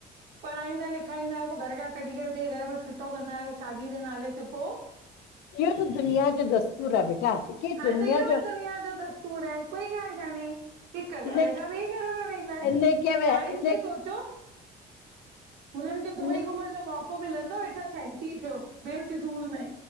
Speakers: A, on the right; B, on the left.
A: पढ़ाईंदा लिखाईंदा आयो पो घर खां कढी करे ॿे घर में फिटो कंदा आयो शादी जे नाले त पो
B: इहो त दुनिया ॼो दस्तूर आ बेटा। के
A: हांणें
B: दुनिया
A: त इहो ॿि
B: जो
A: दुुनिया ॼो दस्तूर आ कोई गाल कान्हे। हिक घर
B: इन
A: खां ॿे घर में वेंदासीं
B: इन
A: न्याणियुनि
B: खे बि इन
A: जो सोचो। हुननि खे दुॿई
B: इन
A: घुमंण ॼो मौको मिलंदो वेठां सेंटी थियो ॿेफ़िज़ूल में